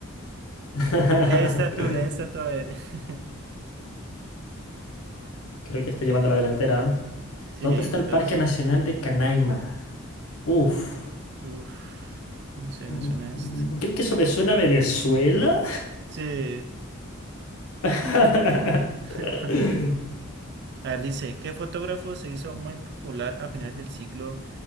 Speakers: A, on the left; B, on the right.
A: <laughs>
B: Lee esta tú, lee esta tú, a ver. <laughs>
A: Creo que estoy
B: Eh,
A: llevando la delantera. ¿eh?
B: sí,
A: ¿Dónde está el
B: dos,
A: Parque Nacional de Canaima? Uf.
B: uf, no sé,
A: Mm,
B: me suena
A: mm,
B: esto.
A: Creo que eso me suena a Venezuela.
B: Sí.
A: <laughs>
B: <laughs> A ver, dice, ¿qué fotógrafo se hizo muy popular a finales del siglo